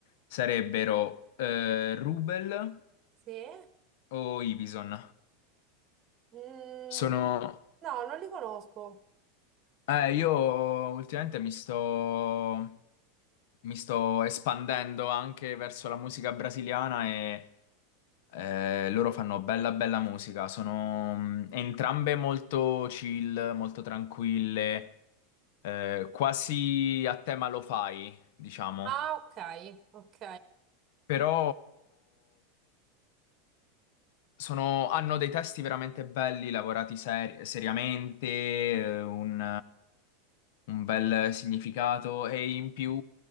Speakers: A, on the left; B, on the right.
A: Sarebbero eh, Rubel
B: Sì?
A: o Ibison.
B: Mm,
A: Sono,
B: no, non li conosco.
A: Eh, io ultimamente mi sto, mi sto espandendo anche verso la musica brasiliana e eh, loro fanno bella bella musica, sono mm, entrambe molto chill, molto tranquille, eh, quasi a tema lo fai, diciamo,
B: Ah, ok, ok.
A: però Sono- hanno dei testi veramente belli, lavorati seri- seriamente, eh, un, un bel significato e in più